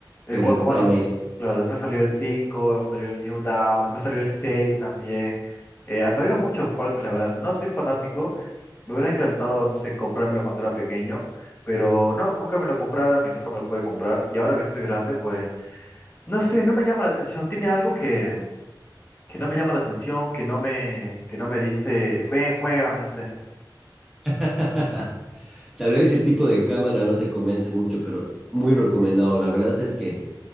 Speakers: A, on the left; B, in the centre.
A: El
B: pero
A: 4
B: el Primal
A: bueno,
B: ya.
A: claro, después salió el cinco salió el New dawn después salió el 6 también. Eh, salieron muchos Far Cry, la verdad. No soy fanático, me hubiera encantado, no sé, comprármelo cuando era pequeño, pero no, nunca me lo compraron y nunca me lo pude comprar. Y ahora que estoy grande, pues, no sé, no me llama la atención. Tiene algo que, que no me llama la atención, que no me, que no me dice, ven, juégame, no sé.
B: <laughs> Tal vez el tipo de cámara no te convence mucho, pero muy recomendado. La verdad es que